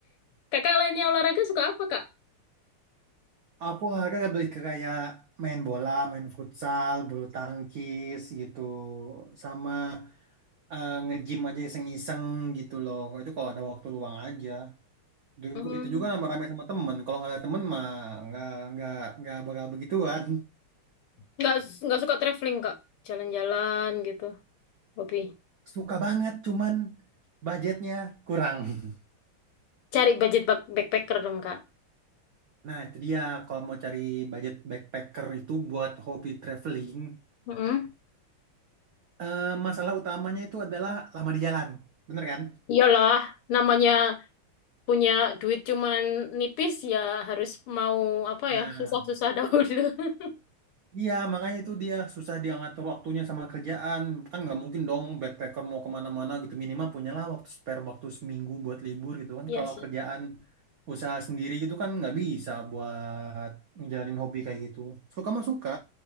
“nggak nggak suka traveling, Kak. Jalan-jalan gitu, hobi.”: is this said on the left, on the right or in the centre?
Left